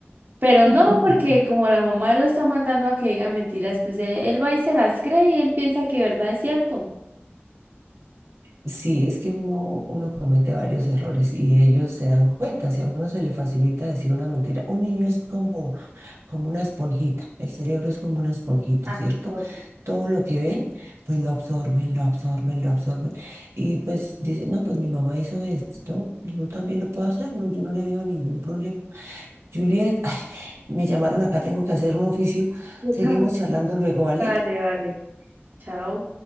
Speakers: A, on the right; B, on the right.
A: Pero
B: <laughs>
A: no, porque como la mamá lo está mandando a que diga mentiras, pues e- él va y se las cree y él piensa que verdad es cierto.
B: Sí, es que uno, uno comete varios errores y ellos se dan cuenta. Si a uno se le facilita decir una mentira, un niño es como, como una esponjita, el cerebro es como una esponjita,
A: Actor.
B: ¿cierto? Todo lo que ven, pues lo absorben, lo absorben, lo absorben. Y pues dicen, no, pues mi mamá hizo esto, yo también lo puedo hacer, no, yo no le veo ningún problema. Juliet, <laughs> ay, me llamaron acá, tengo que hacer un oficio.
A: Yo
B: Seguimos
A: también.
B: charlando luego, ¿vale?
A: Vale, vale. Chao.